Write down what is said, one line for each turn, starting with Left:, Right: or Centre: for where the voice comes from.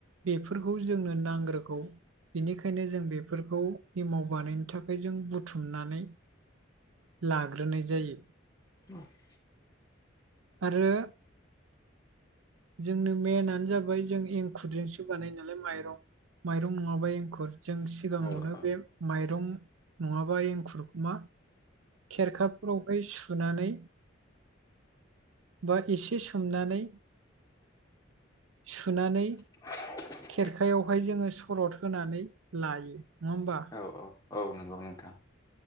Right: बेफोरखौ जोंनो नांग्रोगौ बेनिखायनो जों बेफोरखौ एमाव बानायनो थाखाय जों बुथुमनानै लाग्रोनाय जायो
Left: <inaudible>
Right: आरो जोंनो मेनानो जाबाय जों एंखुरजोंसो बानायो नालाय माइरं माइरं नङाबा एंखुर जों सिगाङावनो
Left: औ
Right: बे माइरं नङाबा एंखुर मा खेरखाफोरावहाय सुनानै बा एसे सोमनानै सुनानै
Left: <inaudible>
Right: खेरखायावहाय जोङो सरद होनानै लायो नङा होमबा
Left: औ औ नंगौ नोंथां